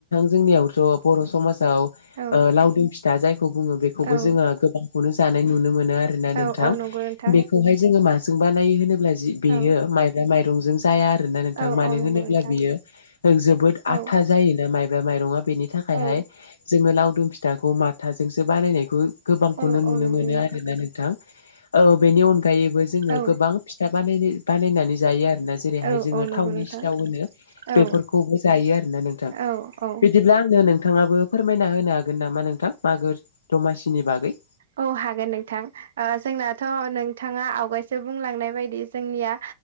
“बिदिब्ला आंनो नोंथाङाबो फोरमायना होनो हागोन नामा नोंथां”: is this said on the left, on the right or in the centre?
Left